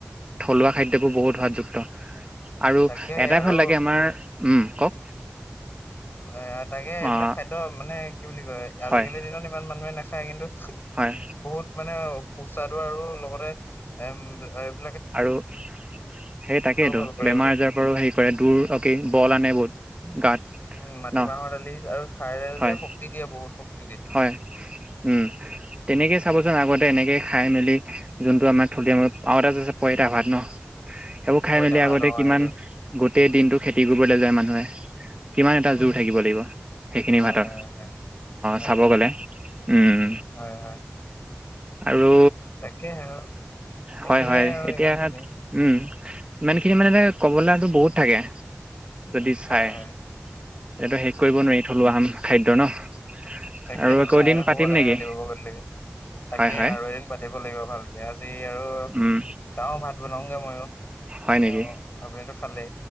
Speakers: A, on the right (about 25°); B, on the left (about 55°).
A: থলুৱা খাদ্ এইবোৰ বহুত সোৱাদযুক্ত। আৰু
B: তাকে
A: এটাই
B: আৰু
A: ভাল লাগে আমাৰ উম, কওঁক।
B: এ তাকে এইবিলাক
A: অ
B: খাদ্য মানে কি বুলি কয় আজিকালিৰ
A: হয়
B: দিনত ইমান মানুহে নাখ খাই কিন্তু
A: হয়
B: বহুত মানেও সুস্বাদু আৰু লগতে এম, এ
A: আৰু সেই তাকেইতো
B: ভাল কৰে
A: বেমাৰ
B: এইবিলাকে
A: আজাৰৰ পৰাও হেৰি কৰে দূৰ অকে বল আনে বহুত। গাত
B: উম, মাটিমাহৰ
A: ন
B: দালি আৰু ভাইৰেল
A: হয়
B: যে শক্তি দিয়ে বহুত শক্
A: হয়, উম, তেনেকেই চাবচোন আগতে এনেকে খাই মেলি যোনটো আমাৰ থুলিয় ম পাৱতে যে আছে পইতা ভাত ন'। সেইবোৰ খাই
B: পইতা
A: মেলি
B: ভাত
A: আগতে
B: অ
A: কিমান
B: সেইটো
A: গোটেই দিনটো খেতি কৰিবলৈ যায় মানু নে কিমান এটা
B: হুম,
A: জোৰ
B: হুম।
A: থাকিব লাগিব সেইখিনি
B: হয়
A: ভাতৰ।
B: হয় হয় হয়
A: চাব
B: হয়
A: গ'লে, উম।
B: হয় হয়।
A: আৰু
B: তাকে আৰু এইখিনিয়ে
A: হয়, হয়
B: আৰু
A: এতিয়া
B: ইমান খিনি
A: উম, ইমানখিনি মানে ক'বলৈ বহুত থাকে। যদি চাই,
B: হয় হয়
A: এইটো শেষ কৰিব নোৱাৰি থলুৱা সাম খাদ্য ন'।
B: তাকেইটো
A: আৰু আকৌ
B: খায়ে
A: এদিন
B: থাকো
A: পাতিম
B: সদায়
A: নেকি
B: ৰাতিপুৱাৰ পৰা গধূলিলৈকে তাকে
A: হয় হয়
B: আৰু এদিন পাতিব লাগিব ভালকে আজি আৰু
A: উম
B: যাওঁ ভাত বনাওঁগে ময়ো।
A: হয়
B: আপুনি
A: নেকি
B: অ', আপুনিটো ভালে।